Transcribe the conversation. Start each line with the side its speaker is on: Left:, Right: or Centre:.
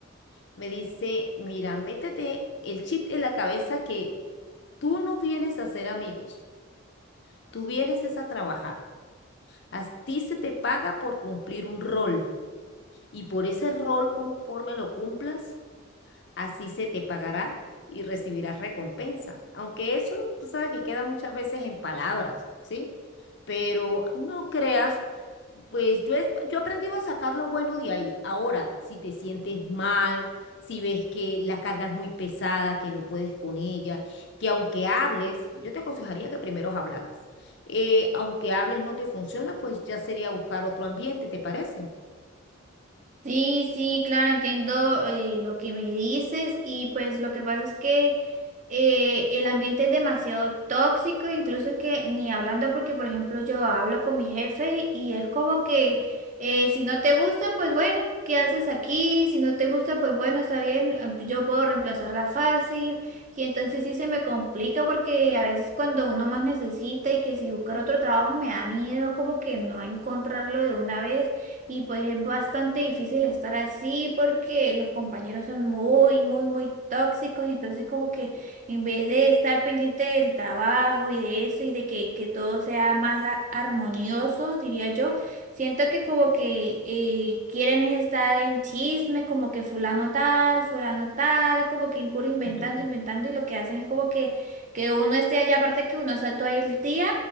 Left: Me dice, mira, métete el chip en la cabeza que tú no vienes a ser amigos. Tú vienes es a trabajar. A ti se te paga por cumplir un rol y por ese rol, conforme lo cumplas, así se te pagará y recibirás recompensa. Aunque eso, tú sabes que queda muchas veces en palabras, ¿sí? Pero no creas, pues yo he, yo he aprendido a sacar lo bueno de ahí. Ahora, si te sientes mal, si ves que la carga es muy pesada, que no puedes con ella, que aunque hables, yo te aconsejaría que primero hablaras. Eh, aunque hables no te funciona, pues ya sería buscar otro ambiente, ¿te parece?
Right: Sí, sí, claro, entiendo eh, lo que me dices y pues lo que pasa es que eh, el ambiente es demasiado tóxico, incluso que ni hablando porque por ejemplo yo hablo con mi jefe y es como que eh, si no te gusta, pues bueno, ¿qué haces aquí? Si no te gusta, pues bueno, está bien, ah, yo puedo reemplazarla fácil y entonces sí se me complica porque a veces cuando uno más necesita y que si buscar otro trabajo me da miedo como que no encontrarlo de una vez. Y pues es bastante difícil estar así porque los compañeros son muy, muy, muy tóxicos y entonces como que en vez de estar pendiente del trabajo y de eso y de que, que todo sea más ar- armonioso, diría yo, siento que como que eh, quieren es estar en chisme, como que fulano tal, fulano tal, como que impuro inventando,
Left: <laughs>
Right: inventando y lo que hacen es como que, que uno esté allá, aparte que uno está todo el día.